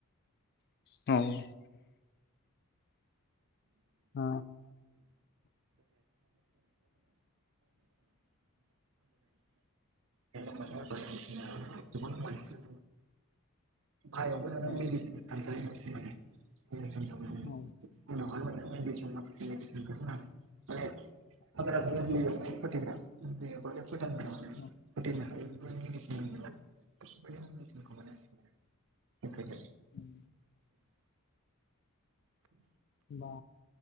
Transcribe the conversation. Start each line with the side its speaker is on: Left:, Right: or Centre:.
Left: औ। औ।
Right: नुनो मोनो बायदिसिना गोबां मानसिफोर बाहायावबो लाना
Left: ओम।
Right: मेडिसिन सानजायो मानसि माने मेडिसिन साननानै
Left: औ।
Right: उनावहाय माने मेडिसिन माखासे मेडिसिनखौ होनानै माने हाग्रा गोरलैयाव फोथैग्रा गोरलैयाव फोथांनो माने
Left: अह।
Right: फोथैनो हायो बेफोर मेडिसिन मोनो बेफोरबायदि मेडिसिनखौ माने होफैदों
Left: <inaudible> होमबा